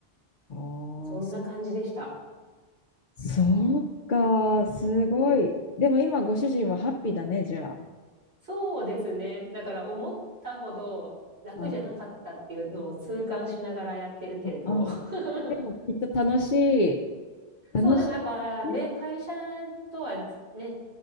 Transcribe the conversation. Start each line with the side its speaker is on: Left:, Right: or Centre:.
Left: あ
Right: そんな感じでした。
Left: あ、そそうか、すごい。
Right: そう、
Left: でも今、ご主人はハッピーだね、じゃあ。
Right: そうですね。だから思ったほど楽じゃなかったっていうのを痛感しながらやってるけれど、
Left: うん、うん。
Right: <laughs>
Left: でも、きっと楽しい。楽し
Right: そう、でもやっぱね、
Left: いね。
Right: 会社とはね、